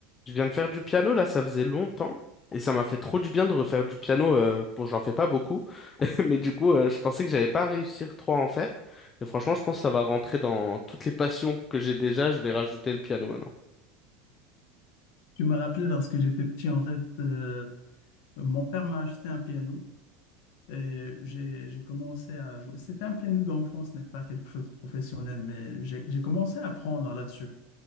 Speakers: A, on the left; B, on the left.
A: Je viens de faire du piano, là, ça faisait longtemps. Et ça m'a fait trop du bien de refaire du piano. euh, bon, j'en fais pas beaucoup. <laughs> Mais du coup, euh, je pensais que j'allais pas réussir trop à en faire. Et franchement, je pense que ça va rentrer dans toutes les passions que j'ai déjà. Je vais rajouter le piano maintenant.
B: Tu m'as rappelé lorsque j'étais petit, en fait, euh, mon père m'a acheté un piano et j'ai, j'ai commencé à jouer. C'était un piano d'enfant, ce n'est pas quelque chose de professionnel, mais j'ai, j'ai commencé à apprendre là-dessus